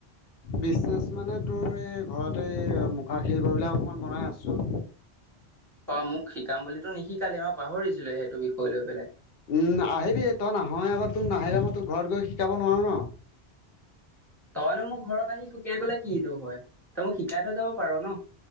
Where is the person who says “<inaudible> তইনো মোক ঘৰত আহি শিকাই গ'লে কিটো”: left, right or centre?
Centre